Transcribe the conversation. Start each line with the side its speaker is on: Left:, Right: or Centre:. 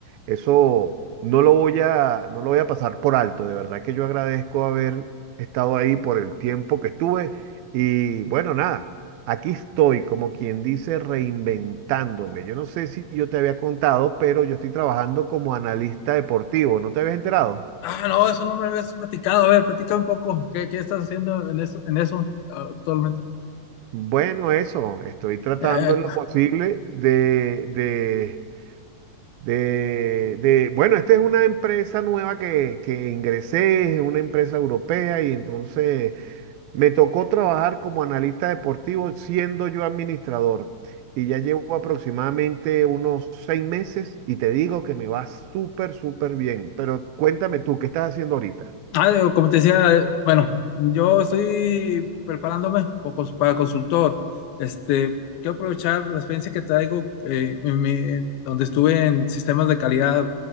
Right: eso no lo voy a, no lo voy a pasar por alto. De verdad que yo agradezco haber estado ahí por el tiempo que estuve y bueno, nada, aquí estoy como quien dice reinventándome. Yo no sé si yo te había contado, pero yo estoy trabajando como analista deportivo. ¿No te habías enterado?
Left: Ah, no, eso no me lo habías platicado. A ver, platica un poco. ¿Qué, qué estás haciendo en eso, en eso ah, actualmente?
Right: Bueno, eso, estoy tratando
Left: Eh,
Right: en lo posible de, de, de, de- bueno, esta es una empresa nueva que, que ingresé, es una empresa europea y entonces me tocó trabajar como analista deportivo siendo yo administrador y ya llevo aproximadamente unos seis meses y te digo que me va súper, súper bien, pero cuéntame tú, ¿qué estás haciendo ahorita?
Left: Ah, digo, como te decía, bueno, yo estoy preparándome po- cons- para consultor. Este, quiero aprovechar la experiencia que traigo eh, en mi- donde estuve en sistemas de calidad,